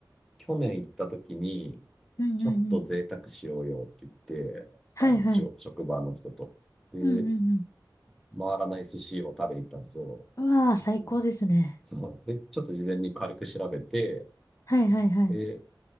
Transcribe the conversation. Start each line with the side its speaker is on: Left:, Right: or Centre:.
Centre: 去年行った時に、
Left: うんうんうん。
Centre: ちょっと贅沢しようよって言って、
Left: はいはい。
Centre: あの、しょ職場の人と。で、
Left: うんうんうん。
Centre: 回らない寿司を食べに行ったんですよ。
Left: うわー、最高ですね。
Centre: うんそう。で、ちょっと事前に軽く調べて、
Left: はいはいはい。
Centre: で、